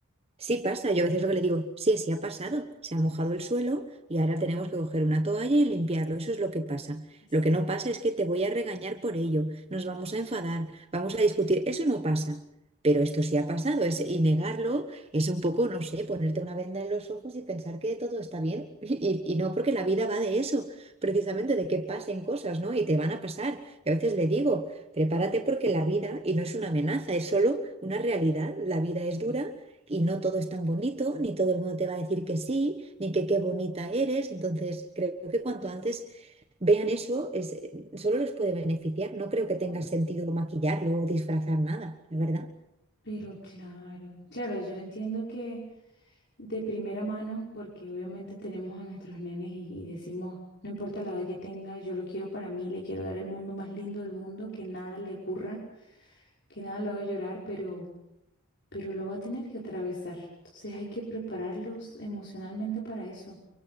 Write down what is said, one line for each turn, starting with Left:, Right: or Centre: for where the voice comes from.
Right: Sí pasa, yo a veces lo que le digo, sí, sí ha pasado, se ha mojado el suelo y ahora tenemos que coger una toalla y limpiarlo, eso es lo que pasa.
Left: Es-
Right: Lo que no pasa es que te voy a regañar por ello, nos vamos a enfadar, vamos a discutir, eso no pasa, pero esto sí ha pasado, es, y negarlo es un poco, no sé, ponerte una venda en los ojos y pensar que todo está bien, <laughs> y, y no porque la vida va de eso, precisamente de que pasen cosas, ¿no? Y te van a pasar. Y a veces le digo, prepárate porque la vida, y no es una amenaza, es solo una realidad, la vida es dura y no todo es tan bonito, ni todo el mundo te va a decir que sí, ni que qué bonita eres. Entonces, creo que cuanto antes vean eso, es, solo les puede beneficiar. No creo
Left: no,
Right: que tenga sentido maquillarlo o disfrazar nada, la verdad.
Left: Pero claro, claro, yo entiendo que de primera mano, porque obviamente tenemos a nuestros nenes y, y decimos, no importa la edad que tenga, yo lo quiero para mí, le quiero dar el mundo más lindo del mundo, que nada le ocurra, que nada lo haga llorar, pero, pero lo va a tener que atravesar. Entonces hay que prepararlos emocionalmente para eso.